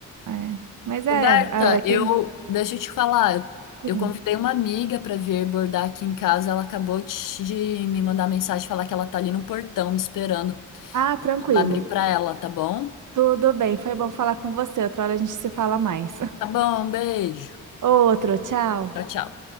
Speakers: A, on the right; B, on the left.
A: é. Mas é,
B: Roberta,
A: é quem,
B: eu deixa eu te falar, eu
A: sim.
B: eu convidei uma amiga para vir bordar aqui em casa, ela acabou de de me mandar mensagem falar que ela tá ali no portão me esperando.
A: Ah,
B: Eu
A: tranquilo.
B: vou lá abrir para ela, tá bom?
A: Tudo bem, foi bom falar com você. Outra hora a gente se fala mais. <laughs>
B: Tá bom, um beijo.
A: Outro, tchau.
B: Tchau, tchau.